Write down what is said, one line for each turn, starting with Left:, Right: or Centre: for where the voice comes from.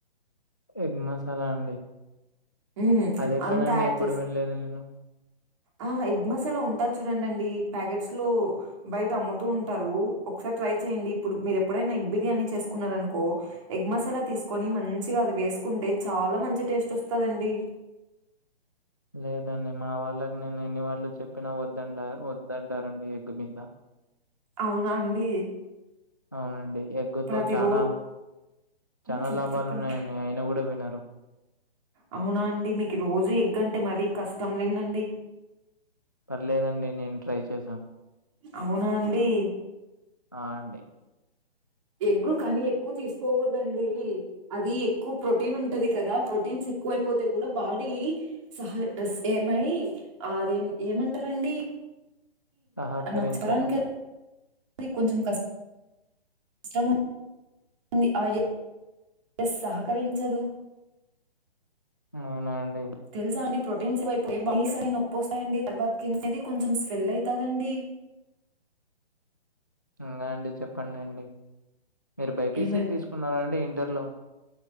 Left: ఎగ్ మసాల అండి
Right: హ్మ్.
Left: అది ఎక్కడండి
Right: అంతా యాడ్
Left: ఎప్పుడు
Right: చేసి
Left: వినలేదు నేను
Right: ఆ ఎగ్ మసాల ఉంటాది చూడండి ప్యాకెట్స్ లో బయట అమ్ముతూ ఉంటారు ఒకసారి ట్రై చేయండి ఇప్పుడు మీరు ఎప్పుడైనా ఎగ్ బిర్యానీ చేసుకున్నారనుకో ఎగ్ మసాల తీసుకొని మంచిగా అది వేసుకుంటే చాలా మంచి టేస్ట్ వస్తదండి
Left: లేదండి మా వాళ్ళకి నేను ఎన్ని వాళ్లు చెప్పిన వద్దంట వద్దంటారండి ఎగ్ <unintelligible>
Right: అవునా అండి
Left: అవునండి ఎగ్గుతో
Right: ప్రతిరో
Left: చన చాన
Right: హ్మ్.
Left: లాభాలు
Right: చెప్పండి.
Left: ఉన్నాయండి అయినా కూడా వినరు
Right: అవున అండి మీకు రోజు ఎగ్గంటే మరీ కష్టం లేదండి
Left: పర్లేదండి నేను ట్రై చేశాను
Right: అవునా అండి
Left: ఆ అండి
Right: ఎగ్గు కానీ ఎక్కువ తీసుకోకూడదండి అది ఎక్కువ ప్రోటీన్ ఉంటది కదా ప్రోటీన్స్ ఎక్కువ అయిపోతే కూడ బాడీ సహ ఏమయి అదేం ఏమంటారండి
Left: సహకరించదు
Right: నాకు <unintelligible> కొంచెం కష్ ఇష్టమో <unintelligible> ఎ సహకరించదు
Left: అవున అండి
Right: తెలుసా అండి ప్రోటీన్స్స్ అ నొప్పి వస్తాయండి తర్వాత కింద అనేది కొంచెం స్వెల్ అయితదండి
Left: ఇంకా అండి చెప్పండి అండి మీరు బైపీసీ
Right: ఏమన్
Left: తీసుకున్నార అండి ఇంటర్లో